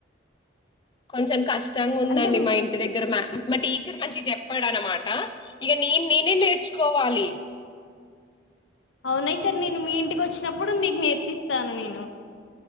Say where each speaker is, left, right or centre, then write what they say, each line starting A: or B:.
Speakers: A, on the left (about 25°); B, on the left (about 80°).
A: కొంచం కష్ కష్టంగా ఉందండి
B: అంటే
A: మా ఇంటి దగ్గర మా మా టీచర్ మంచిగ చెప్పాడు అన్నమాట ఇగ నీను నీనే నేర్చుకోవాలి.
B: అవునా ఈసారి నేను మీ ఇంటికి వచ్చినప్పుడు మీకు నేర్పిస్తాను నేను